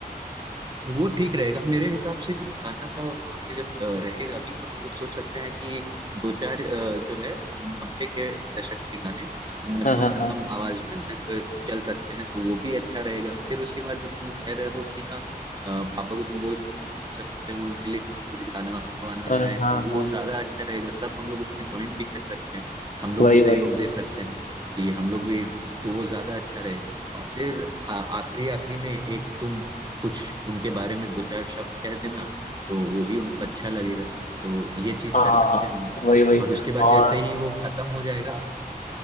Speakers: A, on the right; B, on the left.
A: वो ठीक रहेगा मेरे हिसाब से जब गाना का वहां पे जब अ, रहेगा भी तो हम लोग सोच सकते हैं कि दो चार अ, जो है नब्बे के दशक के गाने मध्यम
B: हाँ हाँ
A: मध्यम
B: हाँ
A: आवाज में अ, चल सकते हैं तो वो भी अच्छा रहेगा फिर उसके बाद जो तुम कह रहे हो कि हाँ अ, पापा को तुम बोल सकते हो उनके लिए कुछ गाना वाना
B: हाँ हाँ
A: गाएं
B: हाँ
A: तो
B: हाँ,
A: वो ज्यादा अच्छा रहेगा सब हम लोग उसमें ज्वाइन भी कर सकते हैं हम लोग
B: वही
A: भी सहयोग
B: वही
A: दे सकते हैं कि हम लोग भी तो वो ज्यादा अच्छा रहेगा और फिर आ- आखिरी आखिरी में एक तुम कुछ उनके बारे में दो चार शब्द कह देना तो वो भी उनको अच्छा लगेगा तो ये चीज
B: हाँ हाँ
A: कर सकते
B: हाँ,
A: हैं हम लोग
B: वही वही
A: और उसके
B: और
A: बाद जैसे ही वो खत्म हो जाएगा